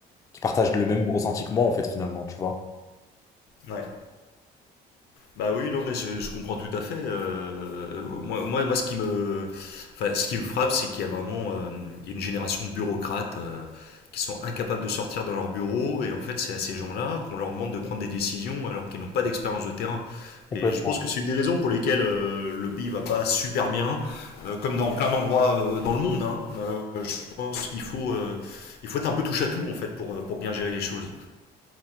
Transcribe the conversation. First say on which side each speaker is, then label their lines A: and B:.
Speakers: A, on the left; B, on the left.
A: qui partagent le même ressenti que moi, en fait, finalement, tu vois.
B: Ouais. Bah oui, non, mais je, je comprends tout à fait. Euh, moi, moi, moi, ce qui me, enfin, ce qui me frappe, c'est qu'il y a vraiment, euh, il y a une génération de bureaucrates euh, qui sont incapables de sortir dans leur bureau, et en fait, c'est à ces gens-là qu'on leur demande de prendre des décisions alors qu'ils n'ont pas d'expérience de terrain.
A: Complètement.
B: Et je pense que c'est une des raisons pour lesquelles euh, le pays va pas super bien, euh, comme dans plein d'endroits euh, dans le monde. Hein. Euh, je pense qu'il faut, euh, il faut être un peu touche à tout en fait pour euh, pour bien gérer les choses.